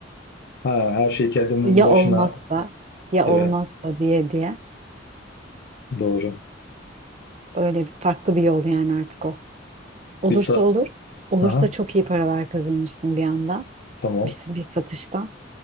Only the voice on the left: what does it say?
Ha her şey kendi
başına.
Evet
doğru.
Bir sa
Aha,
tamam.